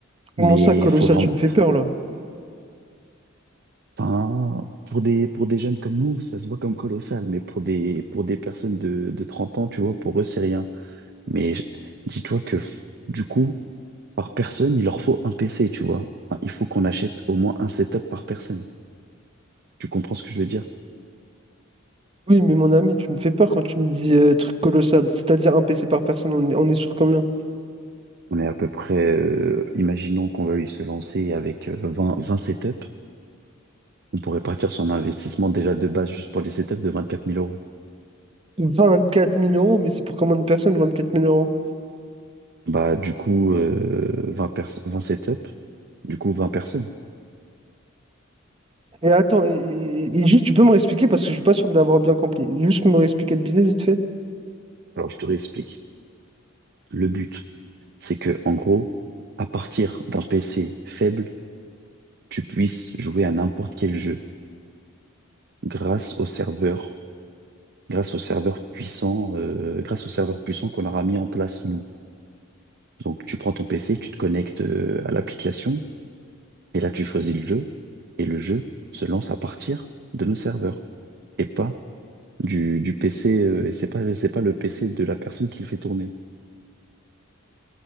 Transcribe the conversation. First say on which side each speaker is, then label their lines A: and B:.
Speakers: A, on the right (about 30°); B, on the right (about 50°).
A: Comment
B: Mais
A: ça, colossal,
B: il faut vraiment...
A: tu me fais peur là?
B: Enfin, pour des, pour des jeunes comme nous, ça se voit comme colossal, mais pour des, pour des personnes de, de 30 ans, tu vois, pour eux, c'est rien. Mais je- dis-toi que f- du coup, par personne, il leur faut un PC, tu vois. Enfin, il faut qu'on achète au moins un setup par personne. Tu comprends ce que je veux dire?
A: Oui, mais mon ami, tu me fais peur quand tu me dis euh, truc colossal. C'est-à-dire un PC par personne, on est, on est sur combien?
B: On est à peu près, euh, imaginons qu'on veuille se lancer avec euh, 20, 20 setups. On pourrait partir sur un investissement déjà de base juste pour les setups de 24 000 euros.
A: Vingt-quatre mille euros, mais c'est pour combien de personnes, Vingt-quatre mille euros?
B: Bah, du coup, euh, 20, pers- 20 setups, du coup 20 personnes.
A: Et attends, et, et- et juste, tu peux me réexpliquer parce que je suis pas sûr d'avoir bien compris. Juste me réexpliquer le business vite fait.
B: Alors, je te réexplique. Le but, c'est que, en gros, à partir d'un PC faible, tu puisses jouer à n'importe quel jeu. grâce au serveur, grâce au serveur puissant, euh, grâce au serveur puissant qu'on aura mis en place nous. Donc tu prends ton PC, tu te connectes euh, à l'application et là tu choisis le jeu et le jeu se lance à partir de nos serveurs et pas du, du PC. euh, et c'est pas c'est pas le PC de la personne qui le fait tourner.